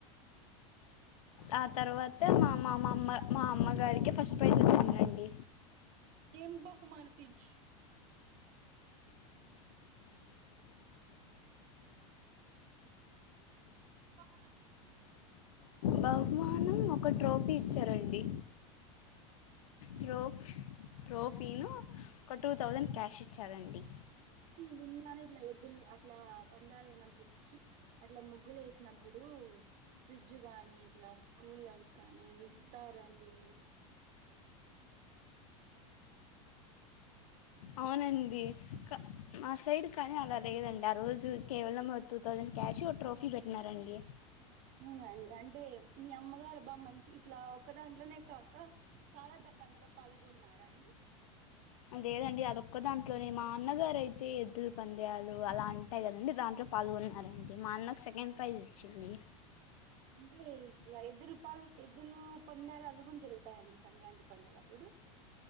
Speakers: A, on the left (about 80°); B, on the right (about 50°).
A: ఆ తర్వాత మా మా మామ్మ మా అమ్మగారికే ఫస్ట్ ప్రైజ్ వచ్చిందండి.
B: ఏం బహుమానతిచ్ ఏం బహుమతి ఇచ్చినారండి
A: బహుమానం ఒక ట్రోఫీ ఇచ్చారండి. ట్రోఫ్ ట్రోఫీను ఒక టూ థౌజండ్ క్యాష్ ఇచ్చారండి.
B: ఈ విన్నా అని ఇట్ల ఎద్దులు అట్ల పందాలైనప్పుడు చ్చి అట్ల ముగ్గులు ఏసినప్పుడు ఫ్రిడ్జ్ గానీ ఇట్ల కూలర్ కానీ, విస్తారన్ని
A: అవునండి క మా సైడ్ కానీ అలా లేదండి ఆ రోజు కేవలము టూ థౌజండ్ క్యాషు, ట్రోఫీ పెట్టినారండి.
B: అవునండి అంటే మీ అమ్మగారు బా మంచి ఇట్లా ఒక్క దాంట్లోనే కాక, చాలా దాంట్లో పాల్గొన్నారా అండి?
A: లేదండి అదొక్క దాంట్లోనే మా అన్నగారయితే ఎద్దురు పంద్యాలు అలా అంటాయి కదండి దాంట్లో పాల్గొన్నారండి, మా అన్నకు సెకండ్ ప్రైజ్ వచ్చింది.
B: అంటే ఇ ఎద్దులు పల్ ఎద్దులు పందాలవి కూడ జరుగుతాయండి సంక్రాంతి పండుగప్పుడు?